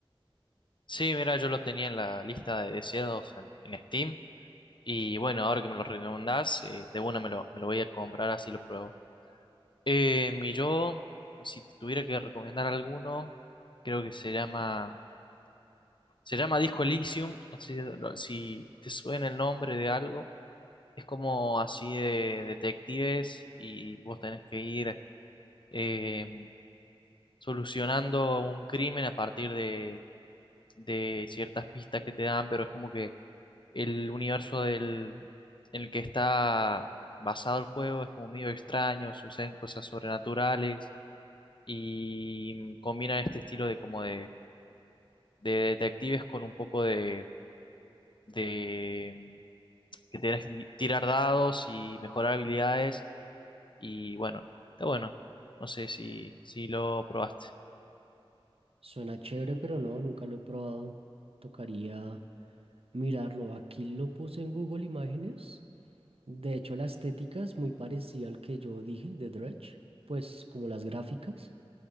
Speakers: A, on the left; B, on the right.
A: Sí, mira, yo lo tenía en la lista de deseados en, en Steam. Y bueno, ahora que me lo recomendás, eh, de una me lo, me lo voy a comprar, así lo pruebo. Eh, y yo, si te tuviera que recomendar alguno, creo que se llama, se llama Disco Elysium. No sé si si te suena el nombre de algo. Es como así de detectives y vos tenés que ir eh, solucionando un crimen a partir de, de ciertas pistas que te dan, pero es como que el universo del, en el que está basado el juego es como medio extraño, suceden cosas sobrenaturales y combina este estilo de como de, de detectives con un poco de, de que tenés que tirar dados y mejorar habilidades Y bueno, está bueno. No sé si, si lo probaste.
B: Suena chévere, pero no, nunca lo he probado. Tocaría mirarlo. Aquí lo puse en Google Imágenes. De hecho, la estética es muy parecida al que yo dije de Dredge, pues como las gráficas.